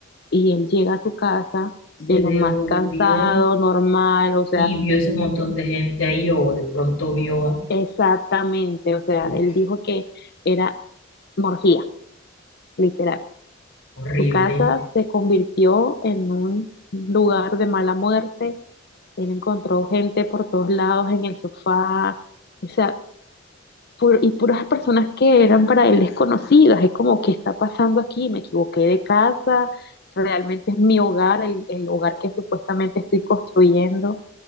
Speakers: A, on the left (about 55°); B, on the left (about 75°).
A: Y él llega a su casa
B: se
A: de lo
B: devolvió
A: más cansado, normal, o sea,
B: y vio ese montón de gente ahí o de pronto vio a,
A: exactamente. O sea,
B: uf,
A: él dijo que era morgía, literal.
B: horrible.
A: Su casa se convirtió en un lugar de mala muerte. Él encontró gente por todos lados en el sofá. O sea, pu- y puras personas que eran para él desconocidas. Es como, ¿qué está pasando aquí? Me equivoqué de casa, realmente es mi hogar, el, el hogar que supuestamente estoy construyendo.